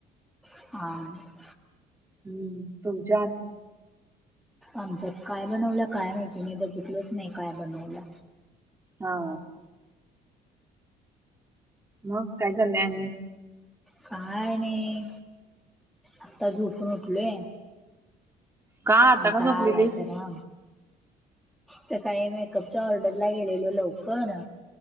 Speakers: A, in the centre; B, on the right.
A: ह
B: हम्म त जा
A: आमच्यात काय बनवलं काय माहिती मी बघितलंच नाही काय बनवलं.
B: हा मग काय चाललं आणि?
A: काय नाही आत्ता झोपून उठलय.
B: का आता
A: कंटाळा
B: का झोपलेलीस
A: आलाय जरा. सकाळी मेकअपच्या ऑर्डरला गेलेलो लवकर.